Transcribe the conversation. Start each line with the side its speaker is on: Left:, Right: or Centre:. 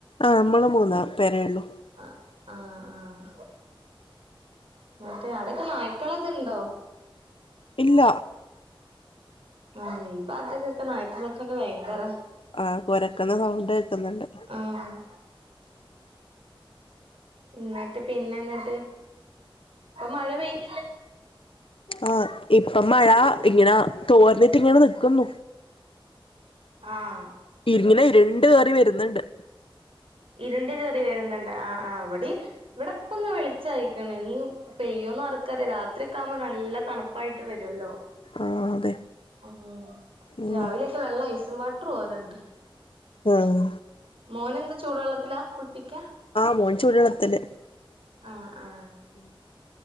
Left: ആഹ് നമ്മള് മൂന്ന് പേരേള്ളു
Right: ആഹ് ആഹ് ആഹ് മറ്റേ അവിടൊക്കെ നായ്ക്കളൊക്കെ ഇണ്ടോ
Left: ഇല്ല
Right: ആഹ് ഈ ഭാഗത്തൊക്കൊക്കെ നായ്ക്കളെ കൊണ്ട് ഭയങ്കര
Left: ആഹ് കുരക്കുന്ന സൗണ്ട് കേക്കുന്നുണ്ട്
Right: ആഹ് എന്നിട്ട് പിന്നെ എന്നിട്ട് ഇപ്പൊ മഴ പെയ്യുന്നില്ല
Left: ആഹ് ഇപ്പം മഴ ഇങ്ങനെ തോർന്നിട്ടിങ്ങനെ നിക്കുന്നു
Right: ആഹ്
Left: ഇങ്ങനെ ഇരുണ്ട് കേറി വരുന്നുണ്ട്
Right: ഇരുണ്ട് കേറി വരുന്നുണ്ട് ആഹ് ആഹ് ഇവിടെയും ഇവിടെ പ്പന്ന് വെളിച്ചായിക്കണ് ഇനിയും പെയ്യൊന്ന് ആർക്കറിയാം രാത്രിയൊക്കെ ആവുമ്പോ നല്ല തണുപ്പായിട്ട് വരുല്ലോ
Left: ആഹ് അതെ
Right: ആഹ്
Left: ഉം
Right: രാവിലെയൊക്കെ വെള്ള ഐസും വാട്ടർ പോലെയുണ്ട്
Left: ആഹ്
Right: മോനെന്ത് ചൂടു വെള്ളത്തിലാ കുളിപ്പിക്കാ
Left: ആഹ് മോൻ ചൂടു വെള്ളത്തില്
Right: ആഹ് ആഹ്
Left: ഉമ്